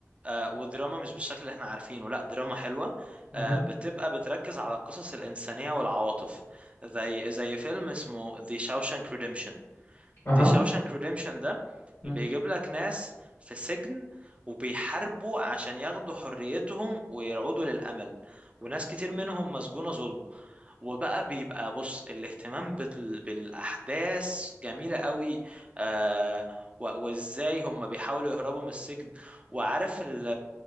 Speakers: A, on the right (about 25°); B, on the left (about 45°).
A: آه ودراما مش بالشكل اللي احنا عارفينه لا دراما حلوة
B: اها
A: آه بتبقى بتركز على القصص الإنسانية والعواطف زي زي فيلم اسمه The Shawshank Redemption
B: اها
A: دي شاوشانك ريديمشن ده
B: مم.
A: بيجيب لك ناس في سجن وبيحاربوا عشان ياخدوا حريتهم ويعودوا للأمل وناس كتير منهم مسجونة ظلم وبقى بيبقى بص الاهتمام بال- بالأحداث جميلة قوي آه و- وازاي هم بيحاولوا يهربوا من السجن وعارف ال